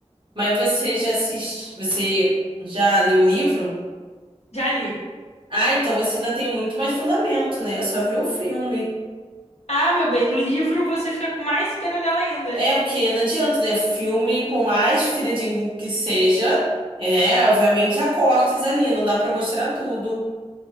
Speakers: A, on the right (about 45°); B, on the left (about 65°).
A: Mas você já assiste, você já leu o livro?
B: Já li.
A: Ah, então você ainda tem muito mais fundamento, né? Eu só vi o filme.
B: Ah, meu bem, no livro você fica com mais pena dela ainda.
A: É, porque não adianta, né? Filme, por mais fidedigno que seja, é, né? Obviamente há cortes ali, não dá pra mostrar tudo.